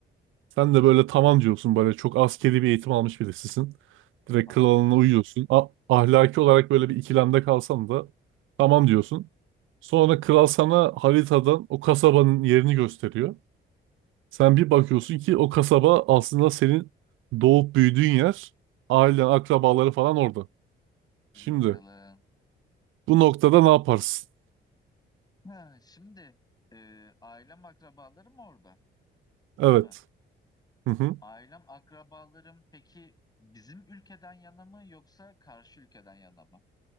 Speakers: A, on the right; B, on the left.
A: Sen de böyle tamam diyorsun böyle çok askeri bir eğitim almış birisisin. Direkt
B: Tamamdır.
A: kralına uyuyorsun. A- ahlaki olarak böyle bir ikilemde kalsan da tamam diyorsun. Sonra kral sana haritadan o kasabanın yerini gösteriyor. Sen bir bakıyorsun ki o kasaba aslında senin doğup büyüdüğün yer. Ailen, akrabaları falan orada.
B: Hadi
A: Şimdi
B: bakalım.
A: bu noktada ne yaparsın?
B: Ha, şimdi e, ailem akrabalarım orada,
A: Evet.
B: değil mi?
A: Hı hı.
B: Ailem akrabalarım peki bizim ülkeden yana mı yoksa karşı ülkeden yana mı?